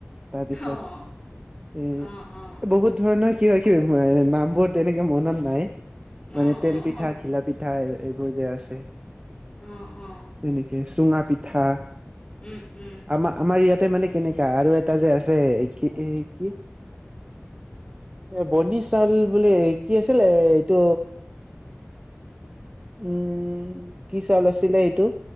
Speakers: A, on the right (about 25°); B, on the left (about 25°).
A: তাৰপিছত
B: অ',
A: এ
B: অ', অ',
A: বহুত ধৰণৰ। কিবা কিবি নামবোৰ তেনেকে মনত নাই
B: অ',
A: মানে তেল
B: অ',
A: পিঠা ঘিলা পিঠা এইবোৰ যে আছে
B: অ', অ', অ
A: এনেকে চুঙা পিঠা।
B: উম, উম,
A: আমাৰ আমাৰ ইয়াতে মানে কেনেকা আৰু এটা যে আছে কি কি এ বনি চাউল বুলি কি আছিলে এইটো উম, কি চাউল আছিলে এইটো